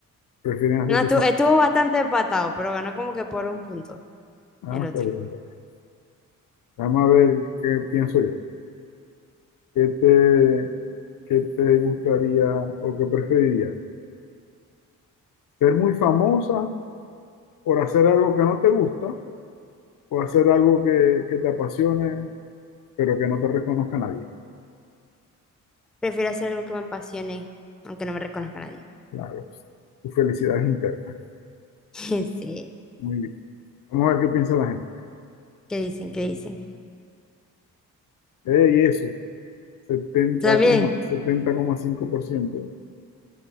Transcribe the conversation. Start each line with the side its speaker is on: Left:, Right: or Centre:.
Left: Prefieren hacerse
Centre: No, estu-
Left: fa-
Centre: estuvo bastante empatado, pero ganó como que por un punto
Left: Ah,
Centre: el
Left: está
Centre: otro.
Left: bien, está bien. Vamos a ver qué pienso yo. ¿Qué te, qué te gustaría o qué preferirías? ¿Ser muy famosa por hacer algo que no te gusta o hacer algo que, que te apasione pero que no te reconozca nadie?
Centre: Prefiero hacer algo que me apasione, aunque no me reconozca nadie.
Left: Claro, tu felicidad es interna.
Centre: <laughs> Sí,
Left: Muy bien. Vamos a ver qué piensa la gente.
Centre: ¿qué dicen? ¿Qué dicen?
Left: Eh, y eso, setenta
Centre: También,
Left: setenta coma setenta coma cinco por ciento